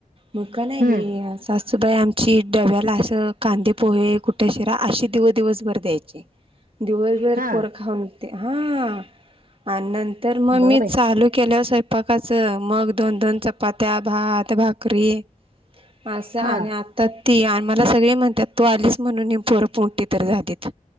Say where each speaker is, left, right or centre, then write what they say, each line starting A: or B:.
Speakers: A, on the right; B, on the right.
A: मग का नई
B: हम्म
A: हे सासूबाई आम ची डव्याला असं कांदे पोहे, कुठ्या शिरा अशी दिव दिवसभर द्यायची दिवसभर
B: हा
A: पोर खाऊनत्या, हा आणि नंतर मग
B: बघ
A: मी
B: बाई
A: चालू केल स्वयंपाकच मग दोन दोन चपात्या, भात, भाकरी असं
B: हा
A: आणि आ ती आणि मला सगळे म्हणतात तू आलीस म्हणून ही पोरं पोरंटी तरी राहतीत